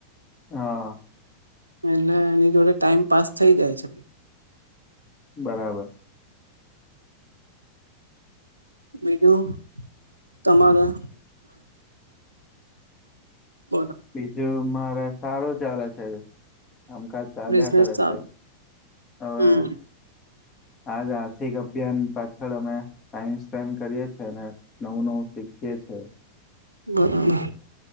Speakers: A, on the left; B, on the right.
A: હા
B: એટલે એની જોડે ટાઈમ પાસ થઈ જાય છે
A: બરાબર
B: બીજું તમારે બોલો
A: બીજું મારે સારું ચાલે છે આમ કજ ચાલ્યા
B: બિઝનેસ
A: કરે
B: ચાલુ
A: છે હવે
B: હમ
A: આજ આર્થિક અભિયાન પાછળ અમે ટાઈમ સ્પેન્ડ કરીએ છેીએ અને નવું નવું શીખીએ છે
B: બરાબર